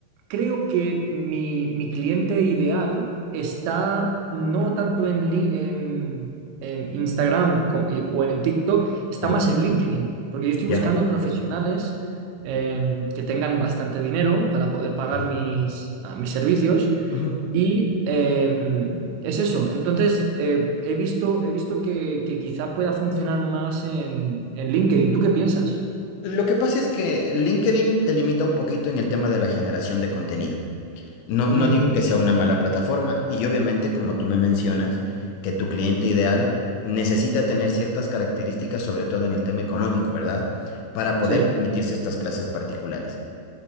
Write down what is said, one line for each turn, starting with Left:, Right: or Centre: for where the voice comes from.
Right: creo que mi, mi cliente ideal está no tanto en, Li- en, en Instagram co- y- o en TikTok, está
Left: Correcto.
Right: más en LinkedIn, porque yo estoy
Left: Ya.
Right: buscando profesionales em, que tengan bastante dinero para poder pagar
Left: Ajá.
Right: mis, ah, mis servicios.
Left: Ujú.
Right: Y em, es eso. Entonces, eh, he visto, he visto que, que quizá pueda funcionar más en, en LinkedIn. ¿Tú qué piensas?
Left: Lo que pasa es que LinkedIn te limita un poquito en el tema de la generación de contenido. No, no
Right: Ujú,
Left: digo que sea una mala plataforma y obviamente, como tú me mencionas, que tu cliente ideal necesita tener ciertas características, sobre todo en el tema económico, ¿verdad? Para poder
Right: Sí.
Left: permitirse estas clases particulares.